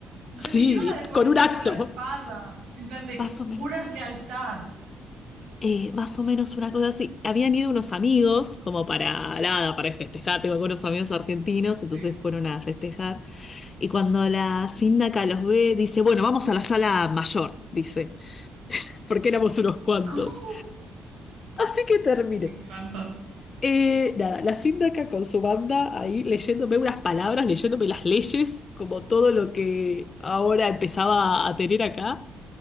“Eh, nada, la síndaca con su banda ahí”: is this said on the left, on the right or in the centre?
Left